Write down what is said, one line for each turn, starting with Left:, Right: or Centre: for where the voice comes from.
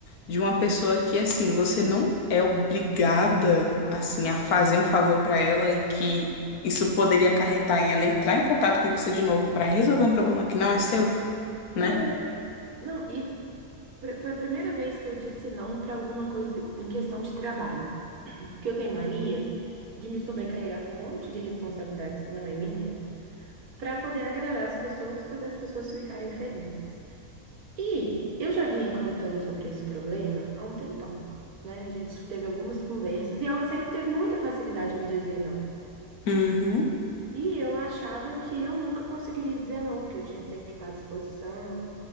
Left: de uma pessoa que, assim, você não é obrigada, assim, a fazer um favor pra ela e que isso poderia acarretar em ela entrar em contato com você de novo pra resolver um problema que não é seu, né?
Right: Pois é. Não, e pr- foi a primeira vez que eu disse não para alguma coisa em questão de trabalho. Porque eu tenho mania de me sobrecarregar com um monte de responsabilidades que não é minha, para poder agradar as pessoas e fazer as pessoas ficarem felizes. E eu já vinha cantando sobre esse problema há um tempão, né? A gente teve algumas conversas e ela sempre teve muita facilidade de me dizer não.
Left: Uhum.
Right: E eu achava que eu nunca conseguiria dizer não, que eu tinha sempre que estar à disposição